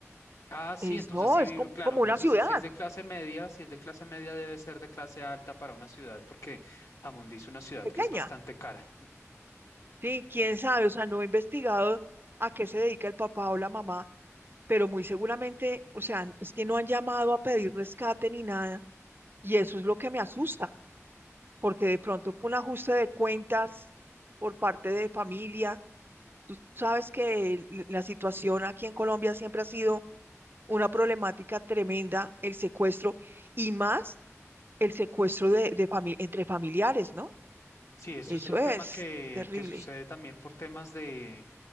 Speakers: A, on the left (about 65°); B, on the right (about 45°).
A: Ah, sí,
B: es
A: entonces
B: no,
A: sí,
B: es
A: vi-
B: com-
A: claro,
B: como,
A: entonces
B: una ciudad
A: sí, si es de clase media, si es de clase media debe ser de clase alta para una ciudad, porque Jamundí es una ciudad
B: pequeña.
A: que es bastante cara.
B: Sí, quién sabe, o sea, no he investigado a qué se dedica el papá o la mamá, pero muy seguramente, o sea, es que no han llamado a pedir rescate ni nada, y eso es lo que me asusta. porque de pronto un ajuste de cuentas por parte de familia. Tú sabes que el- la situación aquí en Colombia siempre ha sido una problemática tremenda, el secuestro y más el secuestro de, de fami- entre familiares, ¿no?
A: Sí, eso
B: Eso
A: es un
B: es
A: tema que,
B: terrible.
A: que sucede también por temas de,